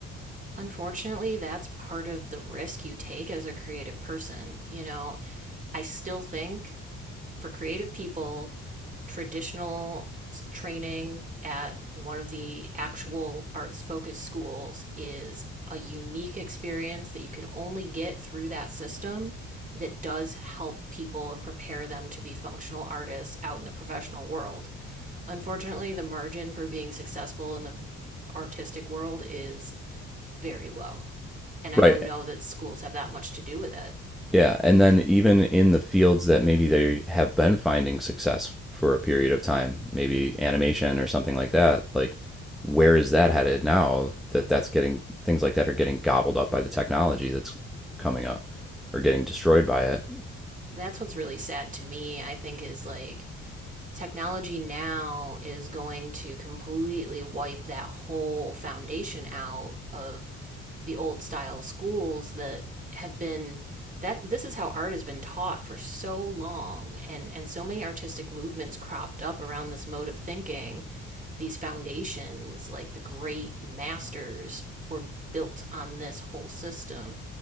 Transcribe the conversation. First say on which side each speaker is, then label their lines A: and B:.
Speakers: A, on the right; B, in the centre.
A: Unfortunately, that's part of the risk you take as a creative person. You know, I still think for creative people traditional training at one of the actual arts focused schools is a unique experience that you can only get through that system that does help people and prepare them to be functional artists out in the professional world. Unfortunately, the margin for being successful in the artistic world is very low. And I
B: Right.
A: don't know that schools have that much to do with it.
B: Yeah, and then even in the fields that maybe they have been finding success for a period of time, maybe animation or something like that, like where is that headed now that that's getting things like that are getting gobbled up by the technology that's coming up or getting destroyed by it?
A: That's what's really sad to me, I think, is like technology now is going to completely wipe that whole foundation out of the old style schools that have been that this is how art has been taught for so long and and so many artistic movements cropped up around this mode of thinking these foundations like the great masters were built on this whole system